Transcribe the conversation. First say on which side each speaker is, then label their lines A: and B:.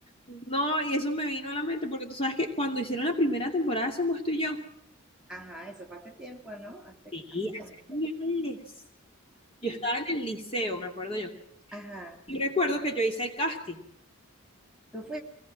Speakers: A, on the left (about 25°); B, in the centre.
A: No, y eso me vino a la mente porque tú sabes que cuando hicieron la primera temporada de Somos tú y yo,
B: Ajá, eso fue hace tiempo, ¿no? ¿Hace,
A: Sí,
B: hace cuánto?
A: hace años. yo
B: Sí,
A: estaba
B: sí.
A: en el liceo, me acuerdo yo.
B: Ajá,
A: Y recuerdo que yo hice el casting.
B: tú fuiste.